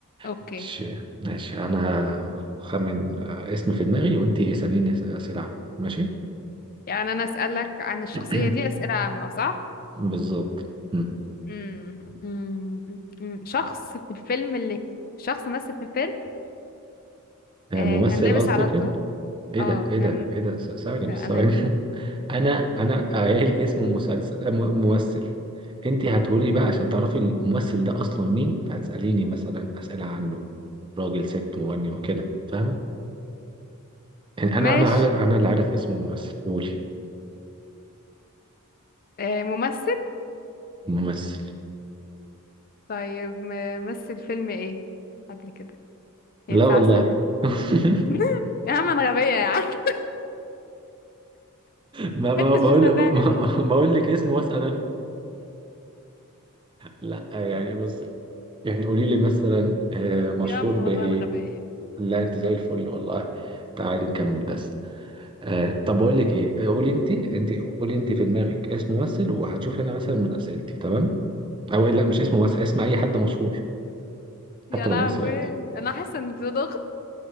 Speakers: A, on the left (about 40°); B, on the right (about 20°).
A: اوكي
B: ماشي ماشي أنا هخمن آه، اسم في دماغي وأنت اسأليني أس- أسئلة عنه. ماشي
A: يعني انا اسالك عن الشخصيه
B: <clears throat>
A: دي اسئله عامه صح
B: بالظبط مم.
A: امم امم أمم. شخص في الفيلم اللي شخص مثل في فيلم
B: آه،
A: آه
B: ممثل
A: كان لابس
B: قصدك
A: على طول
B: يعني إيه
A: اه
B: ده إيه
A: كان
B: ده إيه ده س- ثواني
A: كده
B: بس
A: انا
B: ثواني <laughs> أنا أنا قايل اسم مسلسل آه، م- ممثل أنت هتقولي بقى عشان تعرفي الممثل ده أصلا مين فهتسأليني مثلا أسئلة عنه راجل ست مغني وكده فاهمة يعني أنا
A: ماشي
B: أنا عارف أنا اللي عارف اسم الممثل قولي
A: آه ممثل
B: ممثل
A: طيب م- مثل فيلم ايه قبل كده ينفع
B: لا والله
A: اسأل
B: <laughs>
A: <laughs> يا عم انا غبية يا عم <laughs>
B: ما ما
A: انت
B: بقول
A: مش مصدقني
B: ما- بقول لك اسمه واسأل انا لا يعني بص يعني قولي لي مثلا آه، مشهور
A: يا عم
B: بإيه
A: والله انا غبية
B: لا انت زي الفل والله تعالي نكمل بس آه، طب بقول لك ايه آه، قولي انت انت قولي انت في دماغك اسم ممثل وهتشوف انا مثلا من اسئلتي تمام او لا مش اسم ممثل اسم اي حد مشهور
A: يا
B: حتى لو
A: لهوي
B: ممثل عادي
A: انا حاسة ان ده ضغط